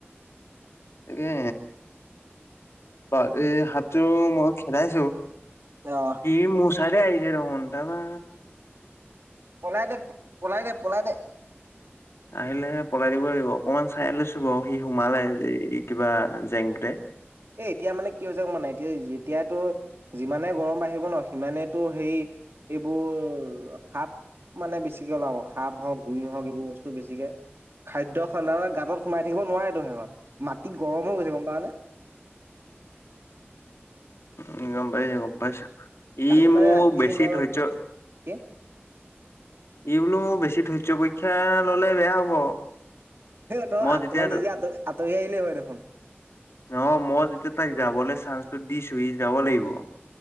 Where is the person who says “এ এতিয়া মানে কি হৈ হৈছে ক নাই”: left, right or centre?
Right